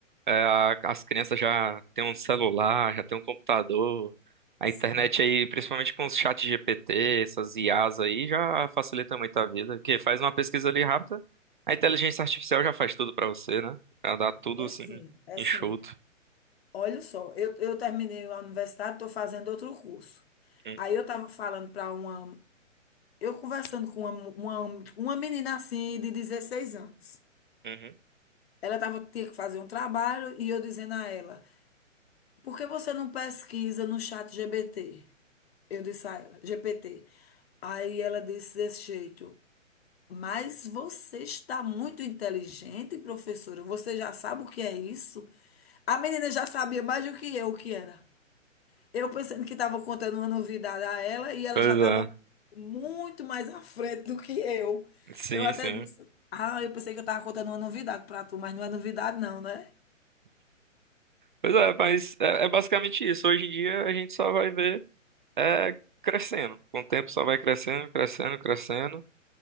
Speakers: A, on the right; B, on the left.
A: é, a- as crianças já têm um celular, já têm um computador, a
B: Sim,
A: internet aí, principalmente com os chats GPT, essas IAs aí, já facilita muito a vida. Porque faz uma pesquisa ali rápida, a inteligência artificial já faz tudo pra você, né? Já dá tudo
B: é
A: assim,
B: sim, é
A: enxuto.
B: sim. Olha só, eu, eu terminei a universidade, estou fazendo outro curso.
A: Hum,
B: Aí eu estava falando para uma Eu conversando com uma, uma, tipo, uma menina assim de 16 anos.
A: uhum.
B: Ela tava, tinha que fazer um trabalho e eu dizendo a ela, por que você não pesquisa no chat GPT? Eu disse a ela, GPT. Aí ela disse desse jeito, mas você está muito inteligente, professora. Você já sabe o que é isso? A menina já sabia mais do que eu o que era. Eu pensando que estava contando uma novidade a ela e ela
A: Pois
B: já estava
A: é,
B: muito mais à frente do que eu.
A: sim,
B: Eu até
A: sim.
B: disse, ah, eu pensei que eu estava contando uma novidade para tu, mas não é novidade não, né?
A: Pois é, mas é, é basicamente isso. Hoje em dia a gente só vai ver. é crescendo. Com o tempo só vai crescendo, crescendo, crescendo.